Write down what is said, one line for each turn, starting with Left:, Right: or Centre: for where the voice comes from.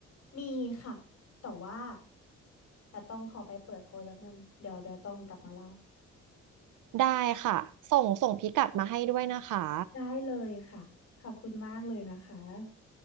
Left: มีค่ะ แต่ว่าแต่ต้องขอไปเปิดโพยแป๊บนึงเดี๋ยวเดี๋ยวต้องกลับมาเล่า
Right: ได้ค่ะส่งส่งพิกัดมาให้ด้วยนะคะ
Left: <laughs> ได้เลยค่ะขอบคุณมากเลยนะคะ